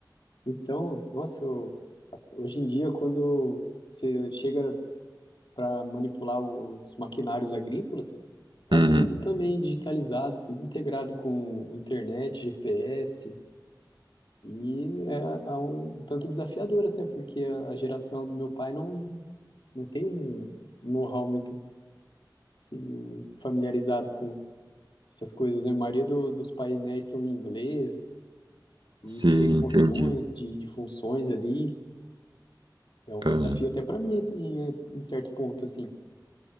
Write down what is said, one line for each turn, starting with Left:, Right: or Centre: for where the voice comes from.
Left: Então, nossa, eu- Hoje em dia, quando você chega para manipular o- os maquinários agrícolas, tá
Right: Uhum.
Left: tudo também digitalizado, tudo integrado com internet, GPS, e é, é um tanto desafiador até, porque a, a geração do meu pai não, não tem um know-how muito assim, familiarizado com essas coisas, né? A maioria do- dos painéis são em inglês e
Right: Sim,
Left: cheio de botões,
Right: entendi.
Left: de, de funções ali. É um
Right: Ah,
Left: desafio até para mim em, em certo ponto, assim.